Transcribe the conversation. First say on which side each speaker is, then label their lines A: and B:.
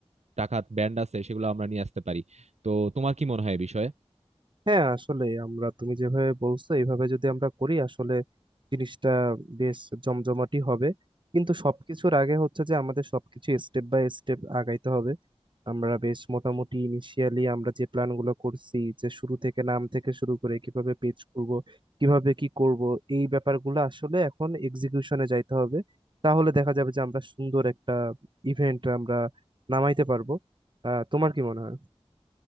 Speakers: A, on the right; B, on the right.
A: টাকা ব্যান্ড আছে সেগুলো আমরা নিয়ে আসতে পারি তো তোমার কি মনে হয় এই বিষয়ে
B: হ্যাঁ আসলে আমরা তুমি যেভাবে বলছো এইভাবে যদি আমরা করি আসলে জিনিসটা বেশ জমজমাটি হবে কিন্তু সবকিছুর আগে হচ্ছে যে আমাদের সবকিছু স্টেপ বাই স্টেপ আগাইতে হবে আমরা বেশ মোটামুটি ইনিশিয়ালি আমরা যে প্ল্যানগুলো করছি যে শুরু থেকে নাম থেকে শুরু করে কিভাবে পেজ করব কিভাবে কি করব এই ব্যাপারগুলো আসলে এখন এক্সিকিউশনে যাইতে হবে তাহলে দেখা যাবে যে আমরা সুন্দর একটা ইভেন্ট আমরা নামাইতে পারবো আহ তোমার কি মনে হয়